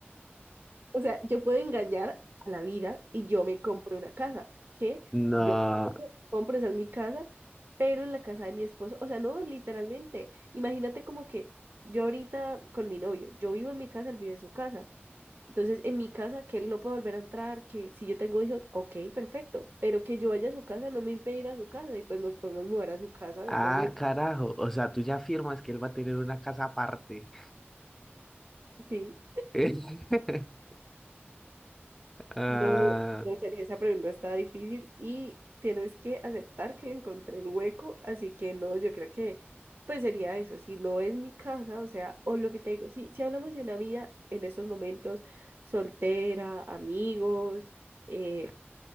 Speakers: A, on the right (about 55°); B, in the centre.
A: O sea, yo puedo engañar a la vida y yo me compro una casa, que
B: No.
A: yo finjo, compro, esa es mi casa, pero en la casa de mi esposo, o sea, no, literalmente, imagínate como que yo ahorita con mi novio, yo vivo en mi casa, él vive en su casa, entonces en mi casa que él no puede volver a entrar, que si yo tengo hijos, ok, perfecto, pero que yo vaya a su casa no me impide ir a su casa y pues nos podemos mudar a su casa,
B: Ah,
A: entonces,
B: carajo. O sea, tú ya afirmas que él va a tener una casa aparte.
A: sí.
B: <laughs> Ah,
A: No, no sería esa pregunta está difícil y tienes que aceptar que le encontré el hueco, así que no, yo creo que pues sería eso, si no es mi casa, o sea, o lo que te digo, si, si hablamos de una vida en esos momentos, soltera, amigos, eh,